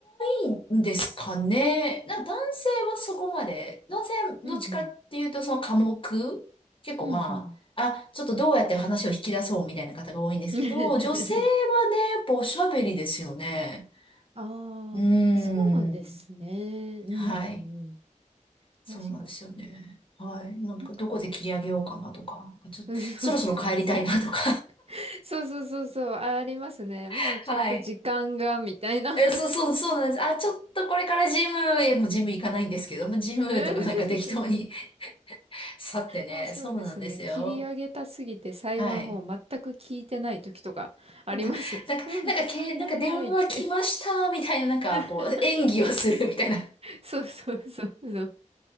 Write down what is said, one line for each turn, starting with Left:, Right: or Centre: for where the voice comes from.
Left: 多いんですかね。なんか男性はそこまで、男性はどっちかっていうとその寡黙結構まあ、
Right: うんうん、うんうん。
Left: あ、ちょっとどうやって話を引き出そうみたいな方が多いんですけど、
Right: <laughs>
Left: 女性はね、やっぱおしゃべりですよね。
Right: あーあ、
Left: うーん。
Right: そうですね。うんうんうんうんうん
Left: はい。そうなんですよね。
Right: うんうんうんうんうんうんああそうですねうんうんうん確かに。
Left: はい。なんか、
Right: なんか、
Left: どこで切り上げようかなとか、ちょっと、
Right: うんそうそうそう。
Left: そろそろ帰りたいなとか。
Right: <laughs> そうそうそうそう。あありますね。
Left: <laughs>
Right: もうちょっと時間が、
Left: はい。
Right: みたいな。<laughs>
Left: え、そうそう、そうなんです。あ、ちょっとこれからジムへもうジム行かないんですけども、ジムとかなんか適当に
Right: うん
Left: <laughs> 去ってね。
Right: もうそうですね。
Left: そうなんですよ。
Right: 切り上げたすぎて最後の方全く聞いてない時とかあります。
Left: はい。たなんか、
Right: <laughs> うん。
Left: なんか、け、
Right: はいはいはいって。
Left: なんか電話来ました、みたいな、なんか、
Right: <laughs>
Left: こう、演技をするみたいな。
Right: そうそうそうそう。